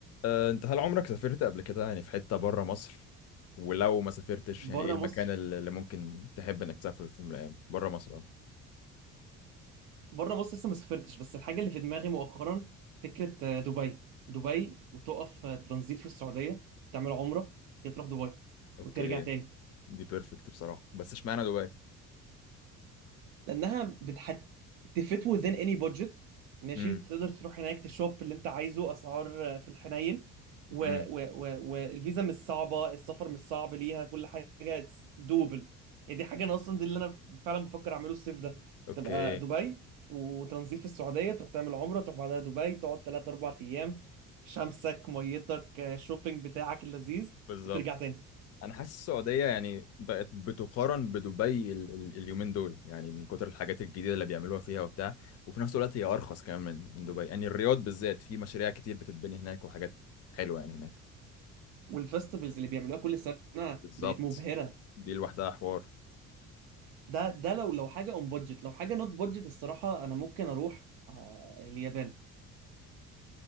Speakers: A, on the left (about 35°); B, on the right (about 60°).
A: أه، انت هل عمرك سافرت قبل كده يعني في حتة بره مصر ولو ما سافرتش يعني
B: بره
A: ايه المكان
B: مصر
A: اللي اللي ممكن تحب انك تسافره في يوم من الايام بره مصر اه
B: بره مصر لسه ما سافرتش بس الحاجه اللي في دماغي مؤخرا فكره آه، دبي دبي وتقف آه، ترانزيت في السعوديه تعمل عمره تروح دبي
A: اوكي
B: وترجع تاني
A: دي بيرفكت بصراحة بس اشمعنى دبي
B: لانها بتحت تفيت within any budget ماشي
A: امم
B: تقدر تروح هناك تشوب اللي انت عايزه اسعار آه، في الحنين و...
A: امم
B: و... و... والفيزا مش صعبه السفر مش صعب ليها كل حاجه دوبل يعني دي حاجه انا اصلا دي اللي انا فعلا بفكر اعمله الصيف ده
A: اوكي
B: تبقى دبي وتنظيف في السعوديه تروح تعمل عمره تروح بعدها دبي تقعد 3 4 ايام شمسك ميتك آه، شوبينج بتاعك اللذيذ
A: بالظبط
B: وترجع تاني
A: انا حاسس السعودية يعني بقت بتقارن بدبي ال ال اليومين دول يعني من كتر الحاجات الجديدة اللي بيعملوها فيها وبتاع وفي نفس الوقت هي ارخص كمان من من دبي يعني الرياض بالذات في مشاريع كتير بتتبني هناك وحاجات حلوة يعني هناك
B: والفستيفالز اللي بيعملوها كل سنه
A: بالظبط
B: بقت مبهره
A: دي لوحدها حوار
B: ده ده لو لو حاجه اون بادجت لو حاجه نوت بادجت الصراحه انا ممكن اروح آه اليابان